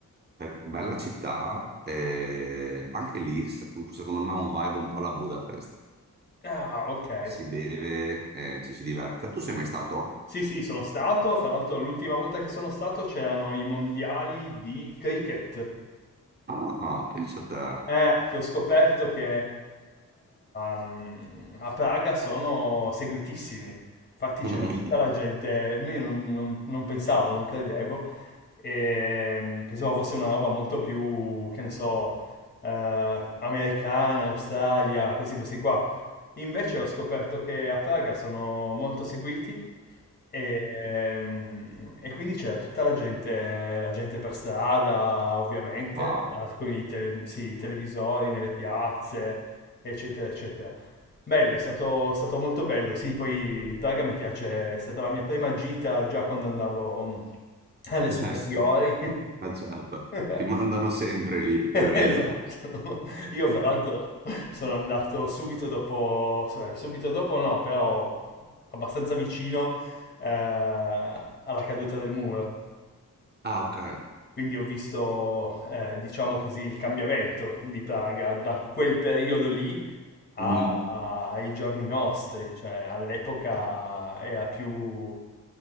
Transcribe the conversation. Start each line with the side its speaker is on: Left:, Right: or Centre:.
Right: è bella città, eh, anche lì se- secondo me è un vibe un po' alla Budapest,
Left: Ah, ok.
Right: si beve, eh, ci si diverte. Tu sei mai stato?
Left: Sì, sì, sono stato. Fra l'altro, l'ultima volta che sono stato c'erano i mondiali di cricket.
Right: Ah, pensa a te.
Left: Eh, che ho scoperto che um, a Praga sono seguitissimi. Infatti
Right: <laughs>
Left: c'era tutta la gente, io non, non- non pensavo, non credevo, e, mm, pensavo fosse una roba molto più, che ne so, eh, americana, Australia, questi posti qua. Invece ho scoperto che a Praga sono molto seguiti e, ehm, e quindi c'era tutta la gente, la gente per strada, ovviamente,
Right: Wow,
Left: con i, tele- sì, i televisori nelle piazze, eccetera, eccetera. Bello, è stato, è stato molto bello. Sì, poi Praga mi piace, è stata la mia prima gita già quando andavo mm, alle superiori.
Right: eh sì, ma certo,
Left: <laughs>
Right: ti mandano sempre lì, è
Left: Esatto.
Right: vero.
Left: Io
Right: <laughs>
Left: fra l'altro sono andato subito dopo, cioè, subito dopo no, però abbastanza vicino eh, alla caduta del muro.
Right: Ah, ok.
Left: Quindi ho visto, eh, diciamo così, il cambiamento di Praga da quel periodo lì a-
Right: Mm.
Left: ai giorni nostri, cioè all'epoca
Right: Eh,
Left: era più,